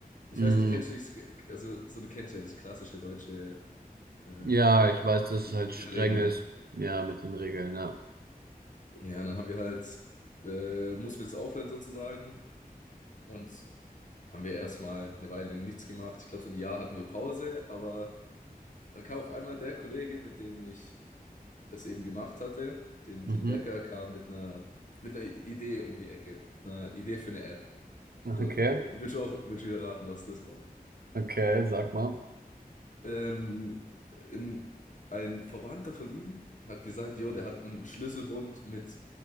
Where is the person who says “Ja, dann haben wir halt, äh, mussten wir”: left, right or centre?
Left